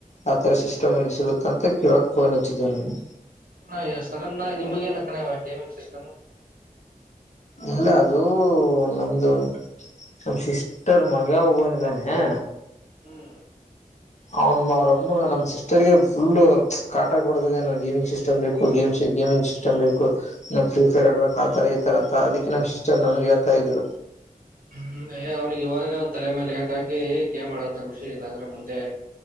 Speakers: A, on the left; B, on the right.
A: ಆ ತರ ಸಿಸ್ಟಮ್ ಇಲ್ಲಿ ಸಿಗುತ್ತ ಅಂತ ಕೇಳಕ್ ಫೋನ್ ಹಚ್ಚಿದ್ದೆ ನಾನು.
B: ಅಣ್ಣ ಸಡನ್ ಆಗಿನಿಮಗ ಏನ ಕಣ್ಣ ಗೇಮಿಂಗ್ ಸಿಸ್ಟಮ್
A: ಇಲ್ಲ ಅದು ನಮ್ದು ನಮ ಸಿಸ್ಟರ್ ಮಗ ಒಬ್ಬನಿದ್ದಾನೆ
B: ಹ್ಮ್,
A: ಅವ್ನ್ ಅವ್ರಮ್ಮ, ನಮ್ಮ್ ಸಿಸ್ಟರ್ಗೆ ಫುಲ್ ಕಾಟ ಕೊಡತಾಇದಾನೆ ಗೇಮಿಂಗ್ ಸಿಸ್ಟಮ್ ಸಿಸ್ಟಮ್ ಬೇಕ ಗೇಮ್ಸ್ ಗೇಮಿಂಗ್ ಸಿಸ್ಟಮ್ ಬೇಕು. ನಾ ಫ್ರೀಫೈರ್ ಆಡ್ಬೇಕ್ ಆತರ ಈತರ ಅದಕ್ಕೆ ನಮ್ ಸಿಸ್ಟರ್ ನನ್ಗ್ ಹೇಳ್ತಾ ಇದ್ರು.
B: ಹ್ಮ್ ಅವ್ನಿಗೆ ಇವಾಗ್ಲೇ ಒಂದ ತಲೆ ಮೇಲೆ ಎಟಹಾಕಿ ಕೇ ಮಾಡೋದನ್ನ ಬಿಡಿಸಿ. ಇಲ್ಲಾಂದ್ರೆ ಮುಂದೆ